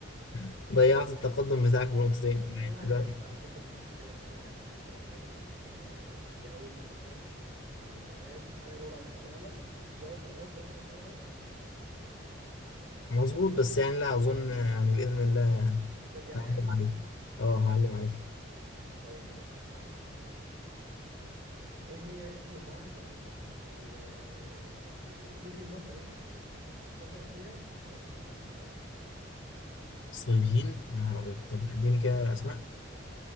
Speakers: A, on the left (about 70°); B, on the right (about 65°).
A: <laughs> ضيعت التقدم بتاعك بنقطتين
B: اه اه 2 1
A: دلوقتي
B: بس على فكره مش مشكله 2 1 انت لسه محتاج انك آه، تجاوب اصلا على سؤال انا اجاوب على سؤال غلط وتجاوب واجاوب كمان على سؤال غلط عشان تكسب
A: مظبوط بس يعني لا اظن يعني باذن الله
B: هترجع يعني
A: هعلم عليه اه هعلم عليه
B: طيب ماشي بقى تعالى ايه هي اسم المعركه اللي, اللي الجيش المصري انتصر فيها على الصليبيين
A: الصليبيين يا نهار
B: اه
A: أبيض طب اديني كده أسماء